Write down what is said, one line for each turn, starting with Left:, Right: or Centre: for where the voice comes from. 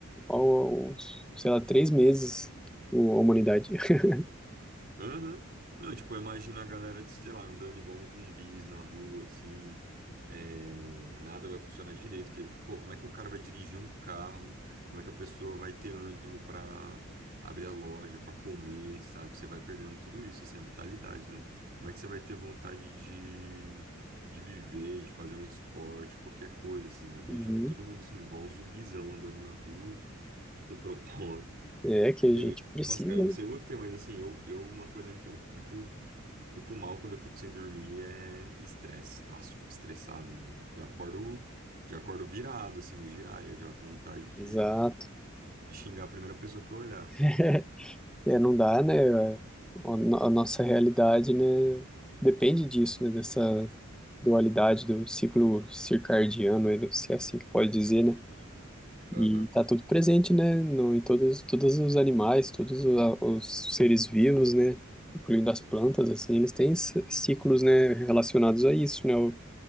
Centre: ao- sei lá, três meses o- a humanidade. <laughs>
Right: Aham. Não, tipo, eu imagino a galera, de, sei lá, andando igual uns zumbis na rua, assim, é, nada vai funcionar direito, porque, pô, como é que o cara vai dirigir um carro? Como é que a pessoa vai ter ânimo pra abrir a loja, pra comer, sabe? Você vai perdendo tudo isso, assim, a vitalidade, né? Como é que você vai ter vontade de, de viver, de fazer um esporte, qualquer coisa, assim? Eu vejo
Centre: Uhum.
Right: todo mundo, assim, igual um zumbizão andando na rua, sem <laughs> propósito.
Centre: É, que a
Right: Porque,
Centre: gente precisa,
Right: nossa, cara, eu não
Centre: né?
Right: sei você, mas assim, eu, eu uma coisa que eu fico, fico mal quando eu fico sem dormir é estresse. Nossa, eu fico estressado. hein? Já acordo, já acordo virado, assim, no giraia, já com vontade de,
Centre: Exato.
Right: de xingar a primeira pessoa que eu olhasse.
Centre: <laughs> É, não dá, né? A, a nossa realidade, né, depende disso, né? Dessa dualidade do ciclo circadiano, né, se é assim que pode dizer, né?
Right: Aham.
Centre: E tá tudo presente, né? No, em todos, todos os animais, todos o- os, seres vivos, né? Incluindo as plantas, assim, eles têm c- ciclos, né? Relacionados a isso, né? O